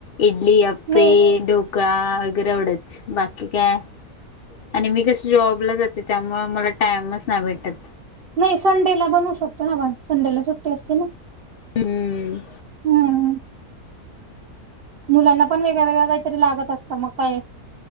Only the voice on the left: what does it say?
इडली आप्प
पे, ढोकळा वगैरे एवढंच बाकी काय, आणि मी कस जॉबला जाते, त्यामुळं मला टाइमच नाई भेटत.
हम्म.